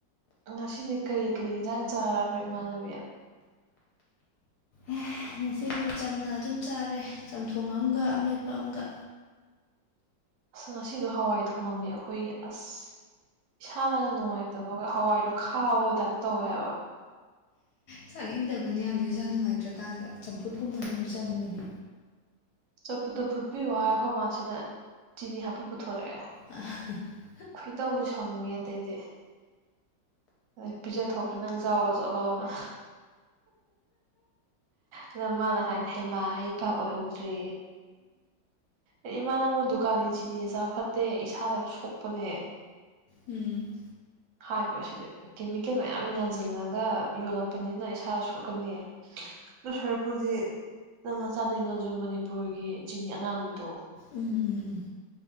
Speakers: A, on the right; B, on the left.
A: ꯉꯁꯤꯗꯤ ꯀꯔꯤ ꯀꯔꯤ ꯏꯟꯖꯥꯡ ꯆꯥꯔꯕ ꯏꯃꯥꯟꯅꯕꯤ
B: ꯑꯦ ꯉꯁꯤꯗꯤ ꯆꯝꯅ ꯑꯗꯨꯝ ꯆꯥꯔꯦ ꯆꯝꯊꯣꯡ ꯑꯃꯒ ꯑꯃꯦꯠꯄ ꯑꯃꯒ
A: ꯑꯁ ꯉꯁꯤꯗꯣ ꯍꯋꯥꯏ ꯊꯣꯡꯉꯝꯃꯦ ꯑꯩꯈꯣꯏ ꯑꯁ ꯏꯁꯥꯅꯒ ꯅꯨꯡꯉꯥꯏꯇ ꯇꯕꯛꯒ ꯍꯋꯥꯏꯗꯣ ꯈꯥꯎꯋ ꯇꯥꯏꯞ ꯇꯧꯋꯦ ꯍꯥꯏꯕ
B: ꯆꯥꯅꯤꯡꯗꯕꯅ ꯌꯥꯝꯅ ꯏꯁꯟꯥ ꯅꯨꯡꯉꯥꯏꯇ꯭ꯔꯀꯥꯟꯗ ꯆꯝꯐꯨꯠꯀꯨꯝꯕꯅ ꯑꯃꯨꯛ ꯆꯪꯕꯅꯦ
A: ꯆꯞꯄꯨꯗꯣ ꯐꯨꯠꯄꯤꯌꯣ ꯍꯥꯏꯔꯣ ꯃꯥꯁꯤꯅ ꯆꯤꯅꯤ ꯍꯥꯞꯄ ꯄꯨꯊꯣꯔꯛꯑꯦ
B: ꯑ
A: ꯈꯣꯏꯗꯧ ꯁꯣꯟꯅꯤꯡꯉꯦ ꯑꯗꯩꯗꯤ ꯑꯗ ꯄꯤꯖ ꯊꯣꯛꯈ꯭ꯔꯦ ꯅꯪ ꯆꯥꯎꯔꯣ ꯆꯠꯂꯣꯅ ꯑꯗ ꯃꯥꯅ ꯍꯥꯏꯅ ꯍꯩꯃꯥ ꯍꯩ ꯄꯥꯛ ꯑꯣꯏꯍꯧꯗ꯭ꯔꯦ ꯍꯥꯏꯗꯤ ꯏꯃꯥ ꯅꯉꯣꯟ ꯗꯨꯀꯥꯟꯒꯤ ꯆꯤꯅꯤꯁꯦ ꯆꯥ ꯐꯠꯇꯦ ꯏꯁꯥꯗ ꯁꯣꯛꯄꯅꯦ
B: ꯎꯝ
A: ꯍꯥꯏꯔꯤꯕ ꯑꯁꯤꯗ ꯀꯦꯃꯤꯀꯦꯜ ꯃꯌꯥꯝ ꯌꯥꯟꯁꯤꯜꯂꯒ ꯌꯣꯜꯂꯛꯄꯅꯤꯅ ꯏꯁꯥ ꯁꯣꯛꯀꯅꯤ ꯂꯨꯁꯔꯄꯨꯗꯤ ꯅꯪ ꯆꯥꯅꯤꯡꯉ ꯑꯗꯨ ꯃꯅꯤꯄꯨꯔꯒꯤ ꯏꯆꯤꯟꯅꯤ ꯑꯉꯥꯡꯕꯤꯗꯣ
B: ꯎꯝ ꯎꯝ ꯎꯝ